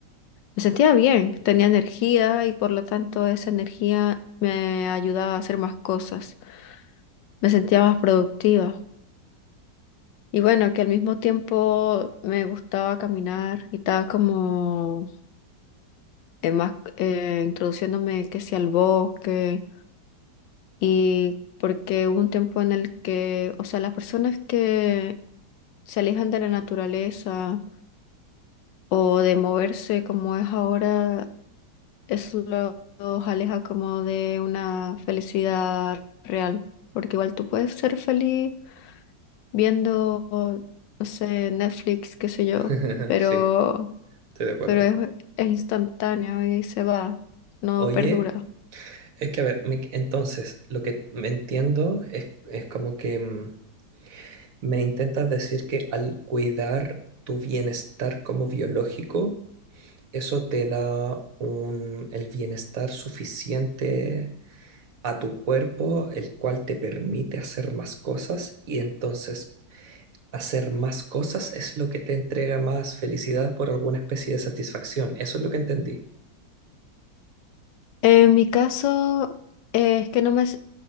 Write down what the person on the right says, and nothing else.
<laughs>
Sí, estoy de acuerdo.
Oye.
Es que, a ver, me- entonces, lo que me entiendo es, es como que mm, me intentas decir que al cuidar tu bienestar como biológico, eso te da un, el bienestar suficiente a tu cuerpo, el cual te permite hacer más cosas y entonces hacer más cosas es lo que te entrega más felicidad por alguna especie de satisfacción. Eso es lo que entendí.